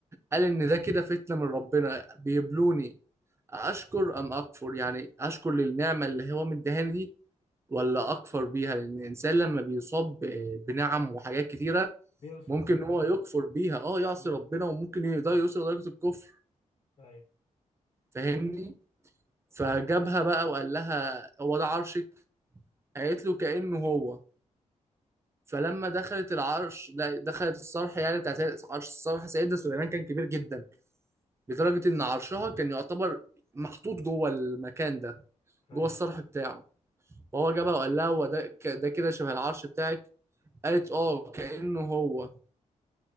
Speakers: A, on the right; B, on the left.
A: قال ان ده كده فتنة من ربنا بيبلوني اشكر ام اكفر يعني اشكر للنعمه اللي هو مديهاني دي ولا اكفر بيها لان الانسان لما بيصاب ب- بنعم وحاجات كتيره
B: بينصر
A: ممكن
B: ربنا
A: ان هو
B: بقى
A: يكفر بيها اه يعصي
B: امم
A: ربنا وممكن ده يوصل لدرجه الكفر
B: ايوه
A: فاهمني فجابها بقى وقال لها هو ده عرشك قالت له كانه هو فلما دخلت العرش لا دخلت الصرح يعني بتاعت عرش الصرح سيدنا سليمان كان كبير جدا لدرجه ان عرشها كان يعتبر محطوط جوه المكان ده
B: ايوه
A: جوه الصرح بتاعه فهو جابها وقال لها هو ده ك- ده كده شبه العرش بتاعك قالت اه كأنه هو